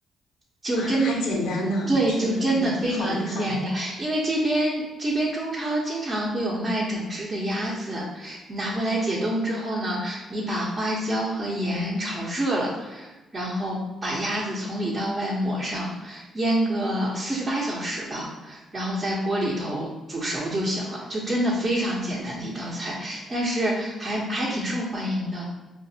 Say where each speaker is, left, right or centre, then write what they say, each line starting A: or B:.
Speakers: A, on the right; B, on the left.
A: 就真，
B: 啊还简单呢，
A: 对，
B: 天呐，
A: 就真的非常简单。
B: 你你好厉害！
A: 因为这边这边中超经常会有卖整只的鸭子，你拿回来解冻之后呢，你把花椒和盐炒热了，然后把鸭子从里到外抹上，腌个四十八小时吧，然后在锅里头煮熟就行了，就真的非常简单的一道菜，但是还还挺受欢迎的